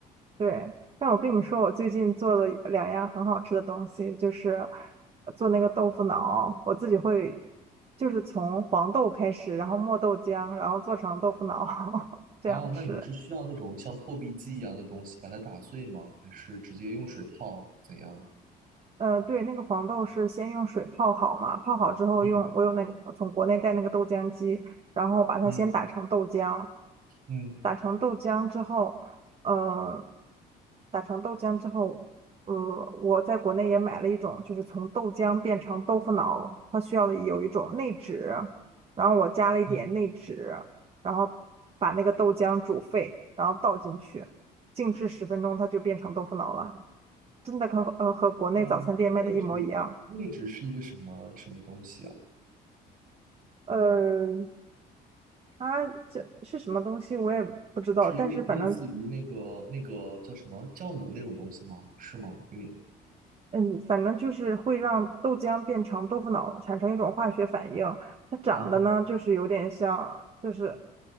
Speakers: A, on the right; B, on the right.
A: 对，但我跟你说，我最近做了两样很好吃的东西，就是呃做那个豆腐脑，我自己会就是从黄豆开始，然后磨豆浆，然后做成豆腐脑 <laughs> 这样吃。
B: 啊。那你是需要那种像破壁机一样的东西把它打碎吗？还是直接用水泡？怎样？
A: 呃，对，那个黄豆是先用水泡好嘛，泡好之后用我有那个从国内带那个豆浆机，
B: 嗯
A: 然后把它先打成豆浆。
B: 嗯嗯，
A: 打成豆浆之后，呃，打成豆浆之后，呃，我在国内也买了一种，就是从豆浆变成豆腐脑，它需要的有一种内酯，然后我加了一点内酯，
B: 哦，
A: 然后把那个豆浆煮沸，然后倒进去，静置十分钟，它就变成豆腐脑了，真的和呃和国内早餐店卖的一模一样。
B: 内内酯内酯是一个什么什么东西啊？
A: 呃，它这是什么东西我也不知道，
B: 是有点类似于那个那个叫什么酵母那种东西吗？
A: 但是反正
B: 是吗？有点。
A: 嗯，反正就是会让豆浆变成豆腐脑，产生一种化学反应。它长得呢，
B: 哦
A: 就是有点像，就是